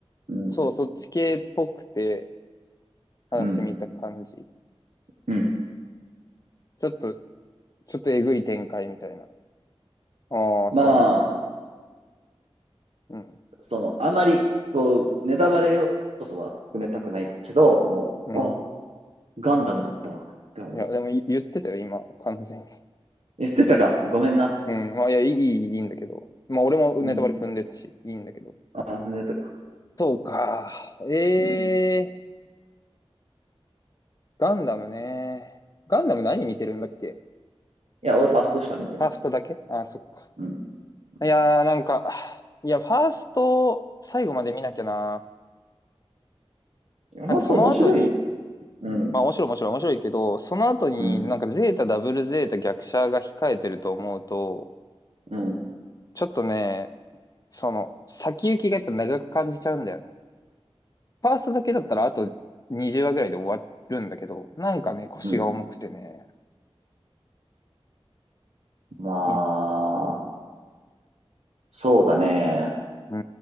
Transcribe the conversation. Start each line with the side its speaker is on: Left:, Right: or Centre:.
Right: うん、
Left: そう、そっち系っぽくて、話見た感じ。
Right: うん、うん。
Left: ちょっと、ちょっとえぐい展開みたいな。ああ、
Right: まあ、
Left: そうなんだ。
Right: その、あまり、こう、ネタバレ要素は含めたくないけど、その、
Left: うん。
Right: あ、
Left: うん。
Right: ガンダムだったわ、って思う。
Left: いや、でもい言ってたよ、今、完全に。
Right: 言ってたか。ごめんな。
Left: うん。まあ、いや、いい、いいいいんだけど。まあ、俺もネタバレ踏んでたし、
Right: うん。
Left: いいんだけど。
Right: あ、言ってたか。
Left: そうか。ええ
Right: うん。い
Left: ー、ガンダムね。ガンダム何見てるんだっけ
Right: や、俺ファーストしか見てない。
Left: ファーストだけああ、そっか。
Right: うん。うん
Left: いやー、なんか、いや、ファースト、最後まで見なきゃな。
Right: ファースト面白い。
Left: なんかその後に、
Right: うん、
Left: まあ面白い面白い面白いけど、その後になんかゼータダブルゼータ逆車が控えてると思うと、
Right: うん、うん、
Left: ちょっとね、その先行きがやっぱ長く感じちゃうんだよね。ファーストだけだったらあと20話ぐらいで終わるんだけど、なんかね、腰が重くてね。
Right: うん。まあ、
Left: う
Right: そうだね。
Left: ん、う